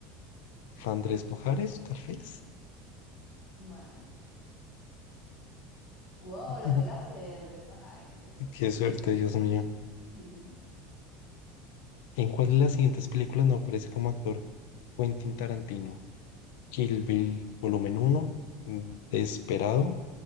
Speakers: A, on the left; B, on the left.
A: Andrés Pajares, tal vez.
B: Bueno. Wow,
A: <laughs>
B: la pegaste, Andrés Pajares, eso.
A: Qué suerte, Dios mío.
B: <laughs>
A: ¿En cuál de las siguientes películas no aparece como actor Quentin Tarantino? Kill Bill, volumen uno, mm, Desperado,